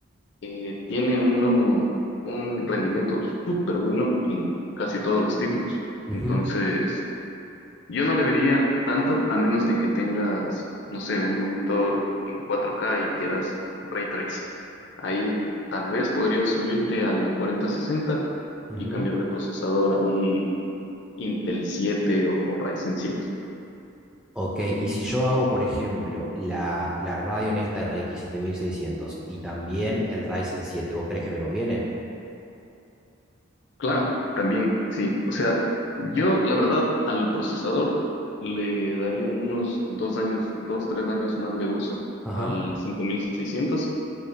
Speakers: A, on the left (about 55°); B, in the centre.
A: eh, tiene uno un rendimiento súper bueno en casi todos los títulos.
B: ujú,
A: Entonces, yo no le vería tanto a menos de que tengas, no sé, un monitor en 4K y quieras ray tracing. Ahí tal vez podrías subirte a la 4060
B: ujú.
A: y cambiar de procesador a un Intel 7 o Ryzen 7.
B: Ok, y si yo hago, por ejemplo, la, la radio en esta RX seiscientos y también el Ryzen siete, ¿vos crees que me conviene?
A: Claro, también, sí. O sea, yo la verdad al procesador le daría unos dos años, dos, tres años más de uso
B: Ajá,
A: al 5600